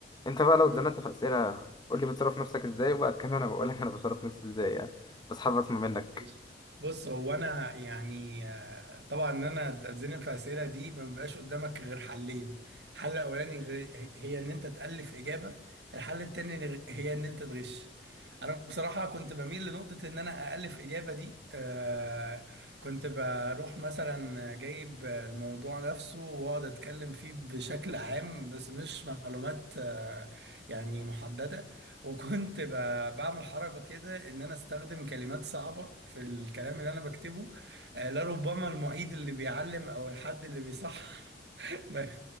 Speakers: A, on the left; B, on the right.
A: انت بقى لو
B: مم.
A: اتزنقت في اسئله قول لي بتصرف نفسك ازاي وبعد كده انا بقول لك انا بصرف نفسي ازاي يعني بس حابب اسمع منك
B: ماشي بص هو انا يعني آه، طبعا ان انا اتزنق في الاسئله دي ما بيبقاش قدامك غير حلين الحل الاولاني غير- هي ان انت تالف اجابه الحل التاني غ- هي ان انت تغش انا بصراحه كنت بميل لنقطه ان انا الف اجابه دي آه، كنت بروح مثلا جايب الموضوع نفسه واقعد اتكلم فيه بشكل عام بس مش معلومات آه، يعني محدده وكنت ب- بعمل حركة كده إن أنا أستخدم كلمات صعبة في الكلام اللي أنا بكتبه آه، لربما المعيد اللي بيعلم أو الحد اللي بيصحح <laughs> ما